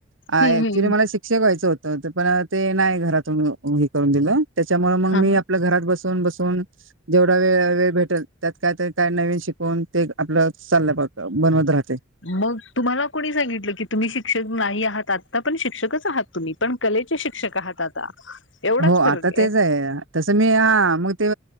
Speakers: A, on the right; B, on the left.
A: अ
B: हम्म
A: ऍक्च्युली
B: हम्म
A: मला शिक्षक व्हायचं होतं पण ते नाही घरातून हे करून दिलं त्याच्यामुळे मग
B: हा
A: मी आपल्या घरात बसून बसून जेवढ वे वेळ भेटेल त्यात कायतरी काय नवीन शिकवून ते आपलं चाल बनवत राह
B: मग तुम्हाला कोणी सांगितलं की तुम्ही शिक्षक नाही आहात आता पण शिक्षकच आहात तुम्ही पण कलेचे शिक्षक आहात आता एवढाच
A: हो आता
B: फरक
A: तेच आहे तसं मी हा मग ते